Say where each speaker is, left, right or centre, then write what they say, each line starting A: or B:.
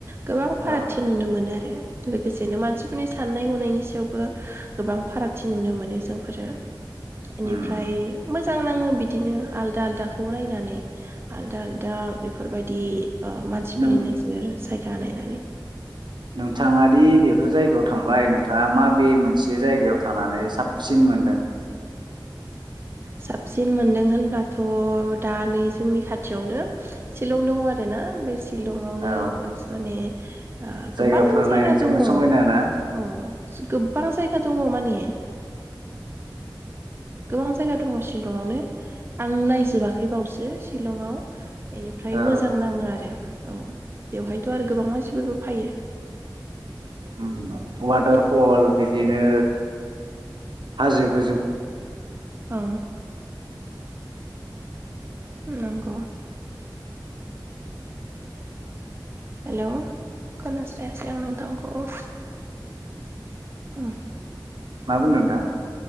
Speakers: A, on the right; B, on the right.
A: गोबां
B: औ
A: फारागथि नुनो मोनो आरो। लोगोसेनो मानसिफोरनि साननाय हनायनि सायावबो गोबां फाराग। थि नुनो मोनो जोंफोरो। एनिफ्राय
B: उम
A: मोजां मोजां नाङो बिदिनो आलदा आलदाखौ नायनानै आलदा आलदा बेफोरबायदि ओ मानसिफोरनि
B: नों
A: नोजोर सायख जानायनानै
B: नोंथाङा दि बेफोर जायगायाव थांबाय नोंथाङा माबे मोनसे जायगायाव थांनानै साबसिन मोनदों?
A: साबसिन मोनदों होनब्लाथ' दा नै जोंनि खाथियावनो सिलं दङ आरोना बे सि शिलंआवनो
B: औ
A: माने ओ
B: जायगाफोरा
A: गोबां जायगा
B: नायनो जोबोद
A: दङ
B: समायना ना
A: औ। बारा जायगा दङ माने ओ गोबां जायगा दङ शिलंआवनो आं नायजोबाखै बावसो शिलंआव। बेनिफ्राय
B: औ
A: मोजां नाङो आरो। औ बेवहायथ' आरो गोबां मानसिफोरबो फायो
B: उम वाटार
A: बिदि
B: फल बिदिनो हाजो गोजौ
A: ओ। नोंग हेल' खोनास्रायासै आं नोंथांखौ? आ
B: मा बुंदों नोंथां?